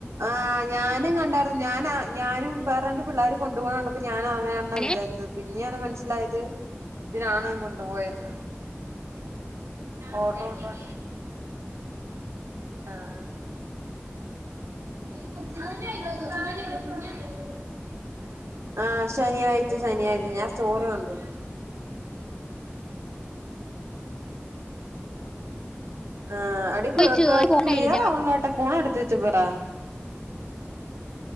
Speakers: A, on the right; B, on the left.
A: ആഹ് ഞാനും കണ്ടായിരുന്നു ഞാനാ ഞാനും വേറെ രണ്ട് പിള്ളേർ കൊണ്ടു പോണ കണ്ടപ്പൊ ഞാനും അങ്ങനെയാെന്നാ
B: ഞാന്
A: വിചാരിച്ചത് പിന്നെയാണ് മനസ്സിലായത് ഇതിനാണ് കൊണ്ടുപോയത് ഓഡർണ്ട് ആഹ് <inaudible> ആഹ് ശനിയാഴ്ച ശനിയാഴ്ച ഞാൻ സ്റ്റോറി കണ്ടു ആഹ് അടിക്
B: ചോയിച്ചു പോണ്ടായിരുന്നേ
A: ക്ലിയർ ആവല്ല ട്ടാ ഫോൺ അട്ത്ത് വച്ച് പറാ